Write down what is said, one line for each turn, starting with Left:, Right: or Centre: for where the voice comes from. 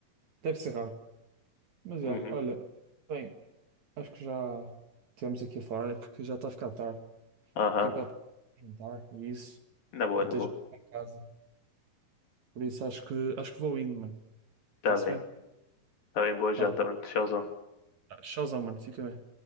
Right: deve ser raro. Mas já,
Left: Uhum.
Right: olha, bem, acho que já tivemos aqui a falar, é porque já está a ficar tarde.
Left: Aham.
Right: Daqui a bocado jantar e isso,
Left: Na boa,
Right: botei
Left: na boa.
Right: já em casa. Por isso acho que acho que vou indo, mano. Está-se
Left: Tá bem.
Right: bem?
Left: Tá bem, boa janta,
Right: Tá.
Left: mano. Tchauzão.
Right: Tchauzão, mano. Fica bem.